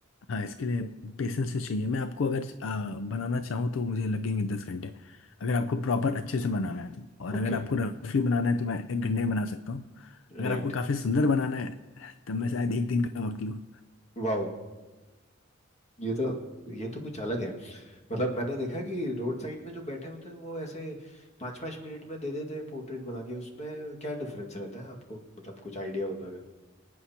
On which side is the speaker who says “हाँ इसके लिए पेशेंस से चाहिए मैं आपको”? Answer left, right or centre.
Left